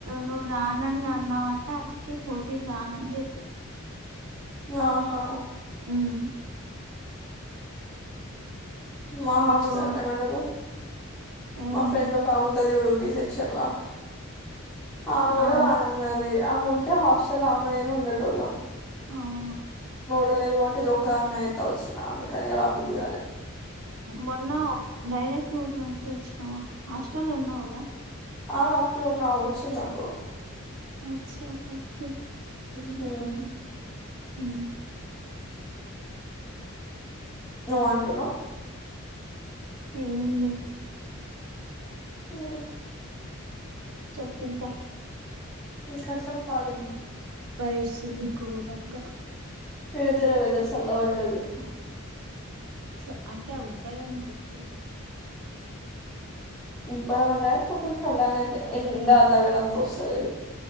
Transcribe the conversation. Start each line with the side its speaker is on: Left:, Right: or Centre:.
Right: నువ్వు రానని అన్నావంటే అందుకే పోటీన్ రానని చెప్పింది
Centre: ఆహా
Right: ఉమ్
Centre: మా హాస్టల్
Right: వీళ్ళు
Centre: ఏమంటారు
Right: ఏమైంది
Centre: మా ఫ్రెండ్ ఒక ఆముంటది ఇవుడు బీ సెక్షన్ ల ఆమె కూడా
Right: ఆ
Centre: రానన్నది ముంటే హాస్టల్ ఆమె నేను ఉండెటోళ్ళం
Right: అవును
Centre: డలేదు కాబట్టి ఇది ఒక్కదాన్నైతే వచ్చిన అందుకనిగ రబుద్దిగాలే
Right: మొన్న డైరెక్ట్ ఊర్ నుంచి వచ్చినావా హాస్టల్లో ఉన్నావ్ గదా
Centre: ఆ అప్పుడున్నా వచ్చిందప్పుడు
Right: అచ్చా ఓకే
Centre: ఆ
Right: ఉ
Centre: ఏమో అంటున్నవ్
Right: ఏం లే
Centre: ఉ
Right: చెప్పింకా
Centre: ఇంక చెప్పాలి
Right: పరిసింది గోరంఘ
Centre: పిడుతల వెదర్ సళ్ల వడ్డది
Right: స అంటే అ ఉబ్బరం వస్తుంది అట్లనే
Centre: బ మంట కొంచెం చల్లగనైతే ఎండా దగడాంత ఒస్తలేదు